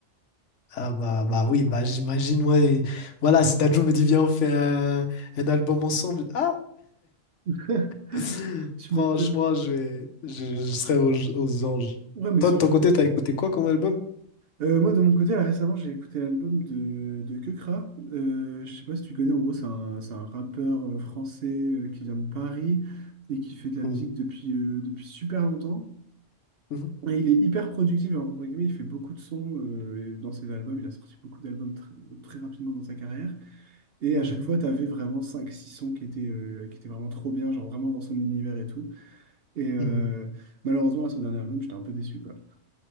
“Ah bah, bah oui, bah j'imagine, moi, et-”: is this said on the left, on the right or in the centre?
Left